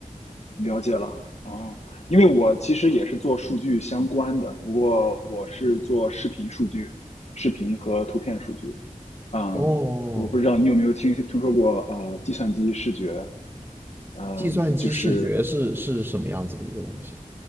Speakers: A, on the left (about 55°); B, on the right (about 15°).
A: 了解了，哦，因为我其实也是做数据相关的，不过我是做视频数据、视频和图片数据。嗯，
B: 哦，
A: 我不知道你有没有听听说过呃，计算机视觉，嗯，
B: 计算机视觉是是什么样子的一个东西啊？
A: 就是